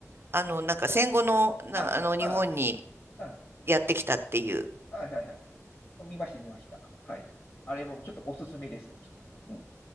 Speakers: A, on the right (about 45°); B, on the left (about 45°).
A: あの、なんか戦後の、な、
B: あ、
A: あの、
B: あ、
A: 日本に
B: あ、
A: やってきたっていう。
B: あ、はいはい。見ました、見ました。はい。あれもちょっとおすすめです。うん。